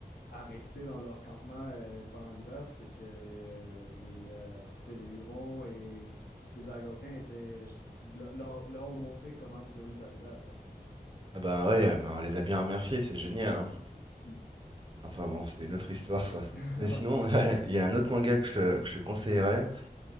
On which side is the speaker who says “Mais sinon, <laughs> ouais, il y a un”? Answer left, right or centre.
Right